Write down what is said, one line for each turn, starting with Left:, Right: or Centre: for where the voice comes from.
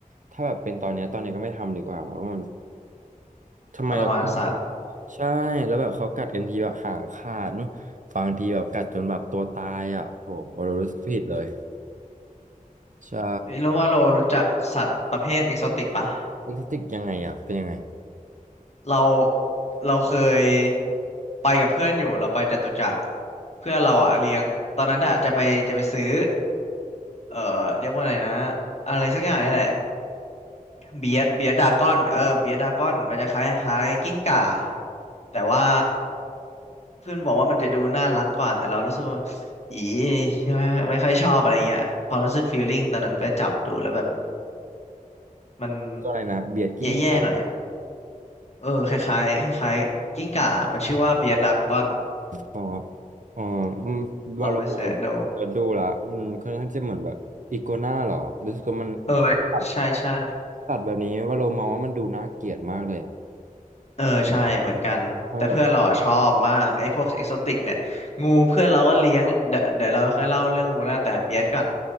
Right: ถ้าแบบเป็นตอนเนี้ยตอนเนี้ยก็ไม่ทำดีกว่าเพราะมันทำไมเราต้อง
Left: ทรมานสัตว์
Right: ใช่แล้วแบบเขากัดกันทีแบบหางขาดนู่นบางทีแบบกัดจนแบบตัวตายอ่ะโอ้โหวาโลรู้สึกผิดเลยใช่
Left: ไม่รู้ว่าเรารู้จักสัตว์ประเภทเอกโซติกปะ
Right: เอ็กโซติกยังไงอ่ะเป็นยังไง
Left: เราเราเคยไปกับเพื่อนอยู่เราไปจตุจักรเพื่อนเราอะเลี้ยงตอนนั้นอะจะไปจะไปซื้อเอ่อเรียกว่าอะไรนะอะไรสักอย่างนี่แหละ เบียดเบียดดากอนเออเบียดดากอนมันจะคล้ายคล้ายกิ้งก่าแต่ว่าเพื่อนบอกว่ามันจะดูน่ารักกว่าแต่เรารู้สึกว่าอีไม่ไม่ค่อยชอบอะไรเงี้ยความรู้สึกฟีลลิ่งตอนนั้นไปจับดูแล้วแบบมัน
Right: ตัวอะไรนะเบียดกิ้งก่า
Left: แย่ๆหน่อยอะเออคล้ายๆคล้ายๆกิ้งก่ามันชื่อว่าเบียดดากอน
Right: อ๋ออ๋ออืมวาโล
Left: ลองไปเสิร์ชดู
Right: เดี๋ยวดูละอืมค่อนข้างจะเหมือนแบบอีโกนาหรอรู้สึกว่ามัน
Left: เออ
Right: ตัด
Left: ใช่ใช่
Right: ตัดแบบนี้วาโลมองว่ามันดูน่าเกลียดมากเลยอ่ะ
Left: เออใช่เหมือนกันแต่เพื่อนเราอ่ะชอบมากไอ้พวกเอกโซติกเนี่ยงูเพื่อนเราก็เลี้ยงเดี๋ยวเดี๋ยวเราค่อยเล่าเรื่องงูแล้วแต่เบียดก่อน
Right: เพราะแบบ